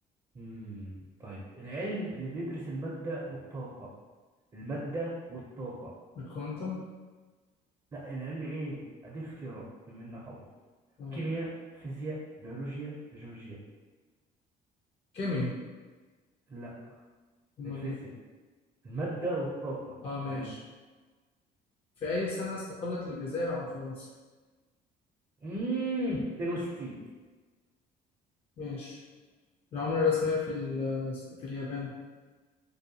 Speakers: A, on the right; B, on the left.
A: امم طيب العلم اللي بيدرس المادة والطاقة المادة والطاقة
B: الكوانتم
A: لا العلم ايه اديك اختيارات بما انك عبيط
B: اه
A: كيمياء فيزياء بيولوجيا جيولوجيا
B: كيمياء
A: لا
B: امال
A: الفيزياء
B: ايه
A: المادة والطاقة
B: اه ماشي
A: غير
B: في أي سنة استقلت الجزائر عن فرنسا
A: اممم 62
B: ماشي العملة الرسمية في ال في اليابان